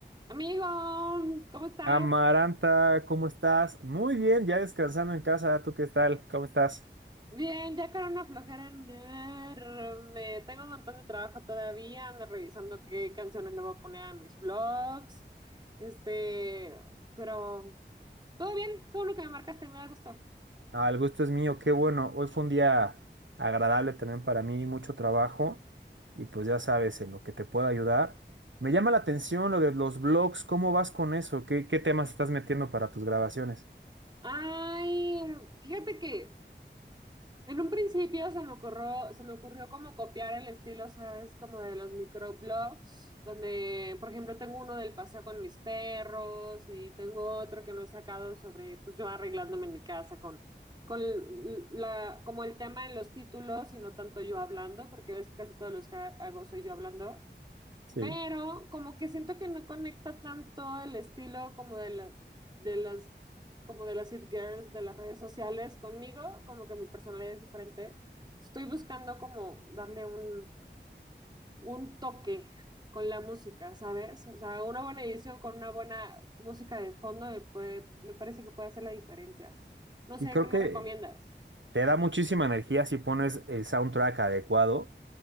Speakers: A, on the right (about 25°); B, on the right (about 90°).
A: Amigo, ¿cómo estás?
B: Amaranta, ¿cómo estás? Muy bien, ya descansando en casa. ¿Tú qué tal? ¿Cómo estás?
A: Bien, ya con una flojera enorme. Tengo un montón de trabajo todavía. Ando revisando qué canciones le voy a poner a mis vlogs. Este, pero todo bien. Qué bueno que me marcaste, me da gusto.
B: Ah, el gusto es mío, qué bueno. Hoy fue un día agradable también para mí, mucho trabajo y pues ya sabes, en lo que te pueda ayudar. Me llama la atención lo de los blogs, ¿cómo vas con eso? ¿Qué, qué temas estás metiendo para tus grabaciones?
A: Ay, fíjate que En un principio se me ocurrió, se me ocurrió como copiar el estilo, ¿sabes? Como de los microblogs, donde, por ejemplo, tengo uno del paseo con mis perros y tengo otro que no he sacado sobre, pues yo arreglándome en mi casa con, con la, como el tema en los títulos y no tanto yo hablando, porque ves que casi todos los que ha- hago soy yo hablando.
B: Sí.
A: Pero como que siento que no conecta tanto el estilo como de la, de las, como de las it girls de las redes sociales conmigo, como que mi personalidad es diferente. Estoy buscando como darle un, un toque con la música, ¿sabes? O sea, una buena edición con una buena música de fondo me puede, me parece que puede hacer la diferencia. No sé,
B: Y creo
A: ¿qué me
B: que
A: recomiendas?
B: te da muchísima energía si pones el soundtrack adecuado.